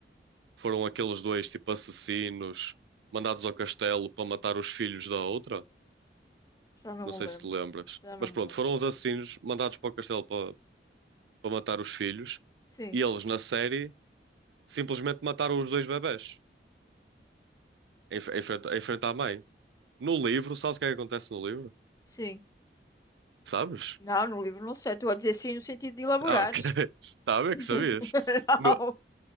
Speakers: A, on the right; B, on the left.
A: foram aqueles dois, tipo, assassinos mandados ao castelo para matar os filhos da outra?
B: já não
A: Não
B: me
A: sei
B: lembro.
A: se te lembras.
B: Já não
A: Mas
B: me
A: pronto,
B: lembro.
A: foram os assassinos mandados para o castelo para, para matar os filhos
B: Sim,
A: e eles na série simplesmente mataram os dois bebés em, em frente, em frente à mãe. No livro, sabes o que é que acontece no livro?
B: sim.
A: Sabes?
B: Não, no livro não sei. Estou a dizer sim no sentido de elaborares.
A: Ah, ok. <laughs> Tá a ver que sabias.
B: <laughs> Não.
A: No-